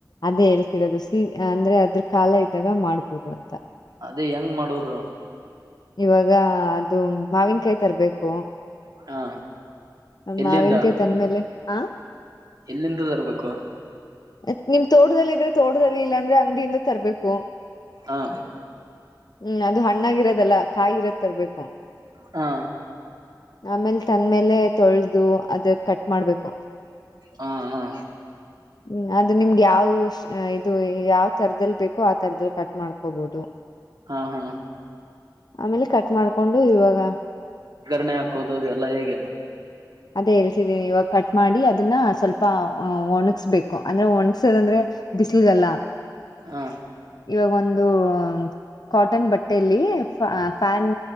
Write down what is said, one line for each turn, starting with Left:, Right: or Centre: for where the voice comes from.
Left: ಅದೇ ಹೇಳ್ತಿರೋದು ಸ ಅಂದ್ರೆ ಅದ್ರ ಕಾಲ ಇದ್ದಾಗ ಮಾಡ್ಬೋದು ಅ..
Right: ಅದೇ ಹೆಂಗ್ ಮಾಡೋದು
Left: ಇವಾಗ ಅದು ಮಾವಿನಕಾಯಿ ತರಬೇಕು
Right: ಹಾ
Left: <unintelligible>
Right: ಎಲ್ಲಿಂದ
Left: ಮಾವಿನಕಾಯಿ ತಂದ ಮೇಲೆ ಆ
Right: ಎಲ್ಲಿಂದ ಬರುರ್ಬೇಕು
Left: ಮತ್ ನಿಮ್ದು ತೋಟದಲ್ಲಿ ಇದ್ರೆ ತೋಟದಲ್ಲಿ ಇಲ್ಲಾ ಅಂದ್ರೆ ಅಂಗಡಿಯಿಂದ ತರ್ಬೇಕು
Right: ಹಾ
Left: ಹ್ಮ್ ಅದು ಹಣ್ಣಾಗಿ ಇರೋದಲ್ಲಾ ಕಾಯಿ ಇರೋದು ತರರ್ಬೇಕು
Right: ಹಾ
Left: ಆಮೇಲೆ ತಂದ್ಮೇಲೆ ತೊಳೆದು ಅದ ಕಟ್ ಮಾಡ್ಬೇಕು
Right: ಹಾ ಹಾ
Left: ಹ್ಮ್ ಅದು ನಿಮ್ಗೆ ಯಾವ.. ಅ ಇದು ಯಾವ್ ತರದಲ್ಲಿ ಬೇಕೋ ಆ ತರದಲ್ಲಿ ಕಟ್ ಮಾಡ್ಕೋಬಹುದು
Right: ಹಾ ಹಾ
Left: ಆಮೇಲೆ ಕಟ್ ಮಾಡ್ಕೊಂಡು ಇವಾಗ..
Right: ಕರಣೆ ಹಾಕೋದು ಅದ ಎಲ್ಲ ಹೇಗೆ
Left: ಅದೇ ಹೇಳ್ತಿದೀನಿ ಇವಾಗ ಕಟ್ ಮಾಡಿ ಅದನ್ನ ಸ್ವಲ್ಪ ಒಣಗ್ಸ್ಬೇಕು ಅಂದ್ರೆ ಒಣಗ್ಸೋದಂದ್ರೆ ಬಿಸಿಲೀಗಲ್ಲ
Right: ಹಾ
Left: ಇವಾಗೊಂದು.. ಕಾಟನ್ ಬಟ್ಟೇೆಯಲ್ಲಿ ಫ್ಯಾನ್